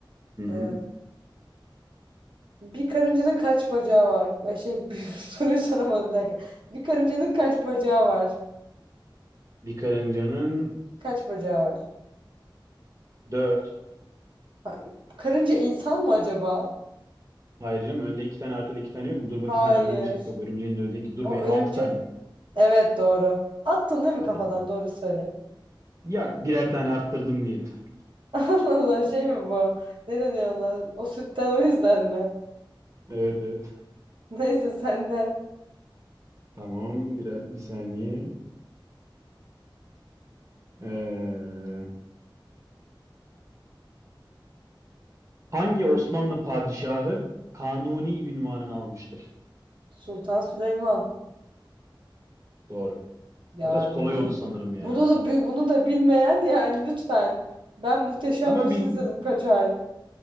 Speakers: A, on the right (about 35°); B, on the right (about 70°).
A: Hı hı.
B: Ee, bir karıncada kaç bacağı var? Ve şey <laughs> bir soruyu soramadım bir dakika. Bir karıncanın kaç bacağı var?
A: Bir karıncanın
B: Kaç bacağı var?
A: dört.
B: Ha- karınca insan mı acaba?
A: Hayır canım önde iki tane arkada iki tane yok mu? Dur
B: Hayır.
A: bakayım. Ha örümce yok örümceğin de öyle değil ki. Dur
B: O
A: bey
B: örümcek.
A: altı tane.
B: Evet doğru. Attın değil mi kafadan?
A: Tamam.
B: Doğru söyle.
A: Yak birer tane arttırdım diyelim. <laughs>
B: <laughs> Allah Allah şey mi bu? Ne deniyor ona? O sütten o yüzden mi?
A: Evet evet.
B: Neyse sen de
A: Tamam birer, bir saniye. Ee, Hangi Osmanlı padişahı Kanuni ünvanını almıştır?
B: Sultan Süleyman.
A: Doğru.
B: Yani
A: Biraz kolay
B: bu
A: oldu sanırım ya.
B: bunu da bi- bunu da bilmeyen yani lütfen. Ben Muhteşem
A: Ama
B: Yüzyıl
A: bil...
B: izledim kaç ay.